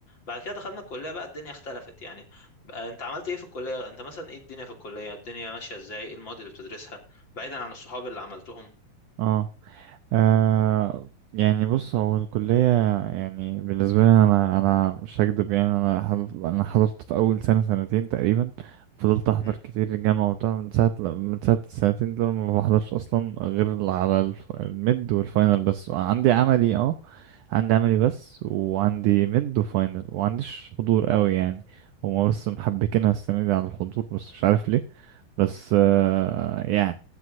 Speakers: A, on the left; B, on the right.
A: بعد كده دخلنا الكلية بقى الدنيا اختلفت يعني بقى أنت عملت إيه في الكلية أنت مثلا إيه الدنيا في الكلية الدنيا ماشية إزاي إيه المواد اللي بتدرسها بعيدا عن الصحاب اللي عملتهم
B: <laughs> اه آه يعني بص هو الكلية يعني بالنسبة لي أنا أنا مش هكدب يعني أنا حضرت أنا حضرت في أول سنة سنتين تقريبا فضلت أحضر
A: امم
B: كتير الجامعة وبتاع من ساعة من ساعة السنتين دول ما بحضرش أصلا غير على الف- الميد والفاينل بس عندي عملي اه عندي عملي بس وعندي ميد وفاينل ومعنديش حضور قوي يعني هما بس محبكينها السنة دي على الحضور بس مش عارف ليه بس آه يعني